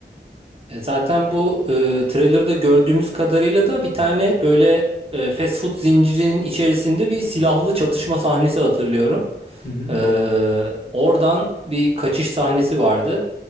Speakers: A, on the right; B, on the left.
A: E, Zaten bu e, trailer'da gördüğümüz kadarıyla da bir tane böyle e, fast food zincirinin içerisinde bir silahlı çatışma sahnesi hatırlıyorum.
B: Hı hı,
A: E,
B: doğru.
A: oradan bir kaçış sahnesi vardı.